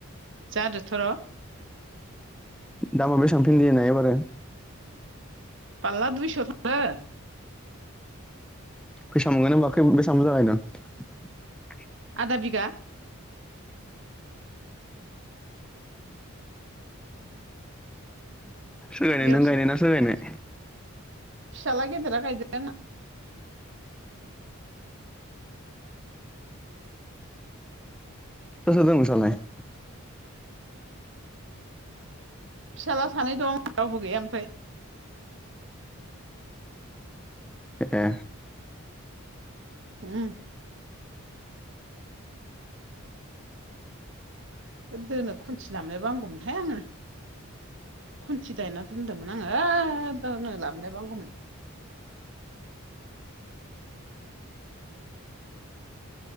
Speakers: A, on the right (about 55°); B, in the centre.
A: जादोथ र
B: दामा बेसेबां भिन्दि ना एबारो
A: फाल्ला दुइस' थाङो
B: फैसा मोनगोन होमबा खै बेसेबां बुजा गायदों
A: आदा बिगा
B: सोरगायनाय
A: बेयावसो
B: नों गायनाय ना‌ सोर गायनाय
A: फिसाला गेदेरा गायदों आंना
B: सोर‌ सोर‌ दं नोंसालाय <inaudible>
A: फिसाला सानै दं रावबो गैया ओमफाय
B: ए
A: होम दोनो खनथि लाबोनायबा हागौमोनहाय आङो खुन्थि दान्ना दोनदोंमोन आङो दोनो लाबनायबा हामगौमोन